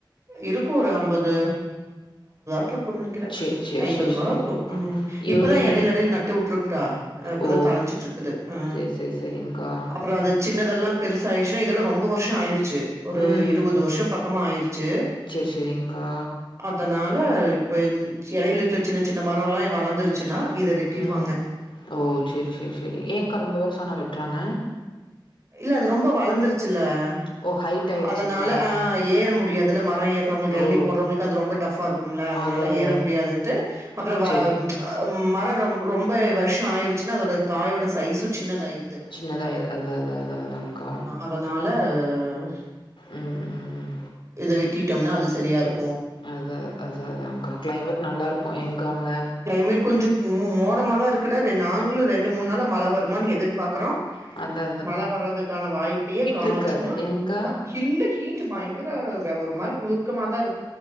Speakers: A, on the right; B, on the left.
A: இருக்கு ஒரு அம்பது ட்ருக்குன் நெனக்கிற
B: சேரி சேரி
A: ஐம்பது
B: சேரி
A: மரொருக்கு
B: சேரிங்க்கா
A: ம்
B: இவரு
A: இப்பதா
B: எங்க
A: எடையில எடையில நட்டு உ ட்டா அ இப்பதா
B: ஓ
A: தலஞ்சிட்ருக்குது ஆ
B: சேரி சேரி சேரிங்க்கா
A: அப்பறொ அத சின்னதல் லா பெருசாய்ர்ச்சுனா இதெல்லா ரொம்ப வர்ஷொ ஆய்ர் ச்சு ஒரு
B: ம்
A: இருவது வர்ஷம் பக்கமா ஆய்ர்ச்சு
B: சேரி சேரிங்க்கா
A: அதனா ல இப்ப இந் எடையில இருக்க சின்னச் சின்ன மரொல்லா வளந்துருச்சுன்னா இத வெட்டிடுவாங்க
B: ம் ஓ சேரி சேரி சேரி ஏங்க் யகா ரொம்ப வர்ஷொ ஆனா வெட்றாங்க
A: இல்ல அது ரொம்ப வளந்துருச்சுல்ல
B: ஓ ஹைட்
A: அ
B: ஆயிடுச்சுங்களா
A: அதனால ஆ ஏற முடியாதுல மரொ ஏர்றவங்களுக்கு எளனி
B: ஓ
A: போட்றவங்களுக்கு அது ரொம்ப டஃப்ஃபா இருக்கும்ல அதனா
B: அதா
A: ல
B: அதா
A: ஏற முடியாதுன்ட்டு அப்பறொ வ
B: சேரிங்
A: ம் மர ரம் ரொம்ப வர்ஷொ ஆய்ருச்சுன்னா அதோட காயோட சைஸு சின்னதாய்
B: சின்னதாய் அதா அதா அதா அதாங்க்கா
A: அதனால ஆ
B: ம் ம்
A: இத வெட்டிட்டோம்னா அது செரியா இருக்
B: அதா அதா அதாங்க்கா க்ளைமேட் நல்லா இருக்கு ஏங்க்கா அங்க
A: க்ளைமேட் கொஞ்சொ ம் மோடமாதா இருக்குடா ரெ நாங்ளு ரெண்டு மூண் நாளா மழ வருமான் எதிர்பாக்குறோ
B: அத
A: மழ வர்றதுக்கான வாய்ப்பையே காணு
B: இருக்காது
A: சும்மா
B: ஏங்க்கா
A: வ ஹில்லு ஹீட் பயங்கர வ ஒரு மாரி குழுக்கமாதா இருக்